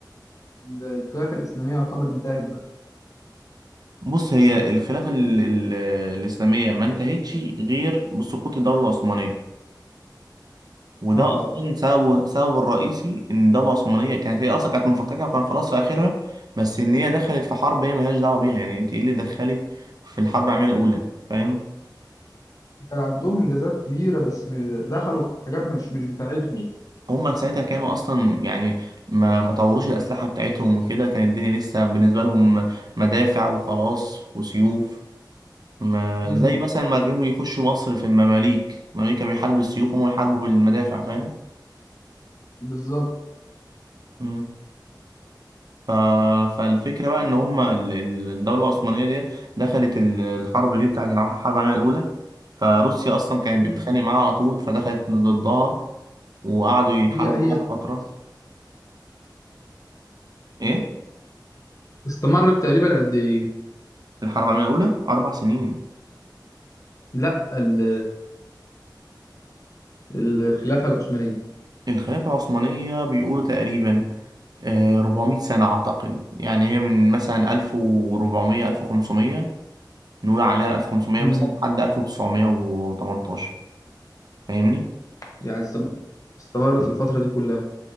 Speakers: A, on the left; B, on the right.
A: الخلافة الإسلامية يعتبر انتهت بقى
B: بص هي الخلافة ال- ال- الإسلامية ما انتهتش غير بسقوط الدولة العثمانية وده
A: اه
B: أصلا سببه سببه الرئيسي إن الدولة العثمانية كانت هي أصلا كانت مفككة وكان خلاص في آخرها بس إن هي دخلت في حرب هي ملهاش دعوة بيها يعني أنت إيه اللي دخلك في الحرب العالمية الأولى فاهم
A: كان عندهم انجازات كبيره بس م- دخلوا في حاجات مش مش بتاعتهم
B: هما ساعتها كانوا اصلا يعني ما ما طوروش الاسلحه بتاعتهم وكده كانت الدنيا لسه بالنسبه لهم مدافع وخلاص وسيوف ما
A: امم
B: زي مثلا ما غيموا يخشوا مصر في المماليك المماليك كانوا بيحاربوا بالسيوف وهم بيحاربوا بالمدافع فاهم
A: بالظبط
B: مم. ف... فالفكره بقى ان هما ال- ال- الدوله العثمانيه دي دخلت ال- الحرب دي بتاعت الع- الحرب العالميه الاولى فروسيا اصلا كانت
A: مم.
B: بتتخانق معاها على طول فدخلت ضدها وقعدوا يحاربوا
A: هي هي
B: بعض فتره ايه
A: استمرت تقريبا قد ايه
B: الحرب العالميه الاولى اربع سنين
A: لا ال- الخلافه العثمانيه
B: الخلافة العثمانية بيقولوا تقريبا آه، 400 سنة أعتقد يعني هي من مثلا 1400 1500 نقول عليها 1500
A: امم
B: مثلا لحد 1918 فاهمني؟
A: يعني استمرت استمرت الفتره دي كلها